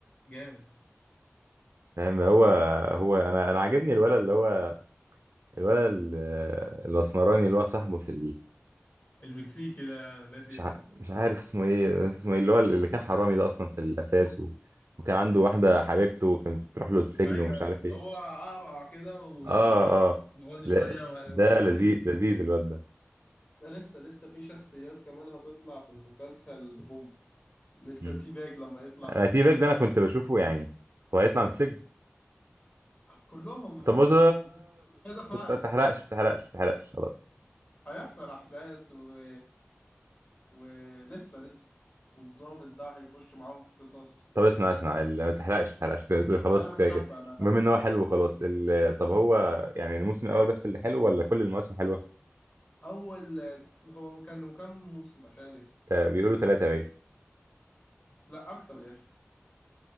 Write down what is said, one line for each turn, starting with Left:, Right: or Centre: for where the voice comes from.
Left: جامد
Right: فاهم هو هو انا انا عاجبني الولد اللي هو الولد ال- الاسمراني اللي هو صاحبه في
Left: المكسيكي ده ناسي
Right: مش
Left: اسمه
Right: ع... مش عارف اسمه ايه اسمه ايه اللي هو اللي كان حرامي ده اصلا في الاساس و... وكان عنده واحده حبيبته وكانت بتروح له السجن
Left: ايوه
Right: ومش عارف ايه
Left: هو اقرع كده واسمراني
Right: اه اه لا
Left: شويه وهو
Right: ده
Left: مكسيكي
Right: لذيذ لذيذ الواد ده
Left: ده لسه لسه في شخصيات كمان هتطلع في المسلسل بوم لسه
Right: مم.
Left: تي باج لما يطلع
Right: انا تي باك ده انا كنت بشوفه يعني هو هيطلع من السجن
Left: كلهم
Right: طب بص
Left: مش عايز احرق
Right: ما
Left: لك
Right: تحرقش ما تحرقش ما تحرقش خلاص
Left: هيحصل احداث و... ولسه لسه والظابط ده هيخش معاهم في قصص
Right: طب اسمع اسمع ال- ما تحرقش ما تحرقش خلاص
Left: لا لا
Right: كفايه
Left: مش
Right: كده
Left: هحرق انا
Right: المهم
Left: خلاص
Right: ان هو
Left: ده
Right: حلو وخلاص ال... طب هو يعني الموسم الاول بس اللي حلو ولا كل المواسم حلوه
Left: اول هو كان كام موسم عشان نسي
Right: تا- بيقولوا ثلاثه باين
Left: لا اكتر يا اخي